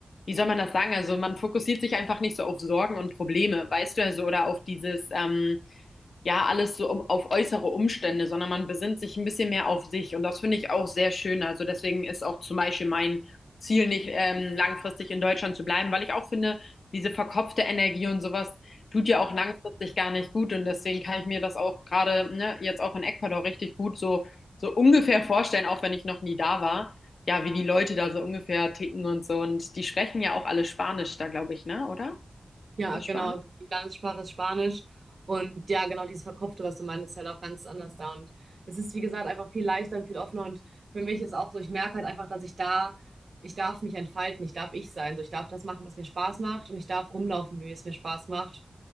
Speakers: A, on the left (about 70°); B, on the right (about 60°).
A: wie soll man das sagen? Also man fokussiert sich einfach nicht so auf Sorgen und Probleme, weißt du, also oder auf dieses, ähm, ja alles so um, auf äußere Umstände, sondern man besinnt sich ein bisschen mehr auf sich. Und das finde ich auch sehr schön. Also deswegen ist auch zum Beispiel mein Ziel nicht, ähm, langfristig in Deutschland zu bleiben, weil ich auch finde, diese verkopfte Energie und sowas tut ja auch langfristig gar nicht gut. Und deswegen kann ich mir das auch gerade, ne, jetzt auch in Ecuador richtig gut so, so ungefähr vorstellen, auch wenn ich noch nie da war. Ja, wie die Leute da so ungefähr ticken und so. Und die sprechen ja auch alle Spanisch da, glaube ich, ne? Oder?
B: Ja,
A: Ist das Spanisch?
B: genau. Die Landessprache ist Spanisch. Und ja, genau dieses Verkopfte, was du meinst, ist halt auch ganz anders da. Und es ist, wie gesagt, einfach viel leichter und viel offener. Und für mich ist auch so, ich merke halt einfach, dass ich da, ich darf mich entfalten, ich darf ich sein. So, ich darf das machen, was mir Spaß macht und ich darf rumlaufen, wie es mir Spaß macht.